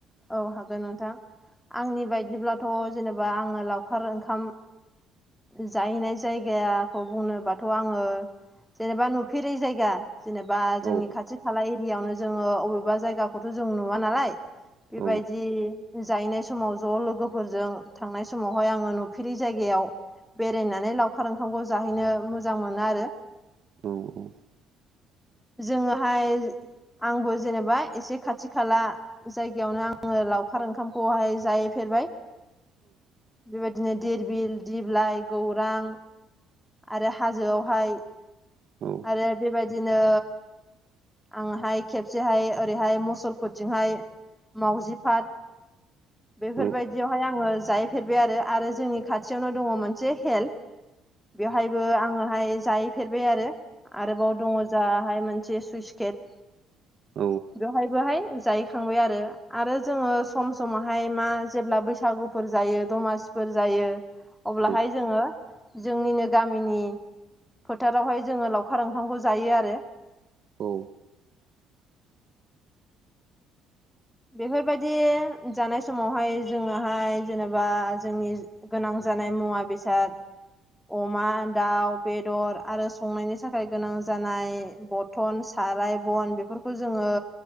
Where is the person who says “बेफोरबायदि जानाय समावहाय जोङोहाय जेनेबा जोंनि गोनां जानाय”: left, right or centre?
Centre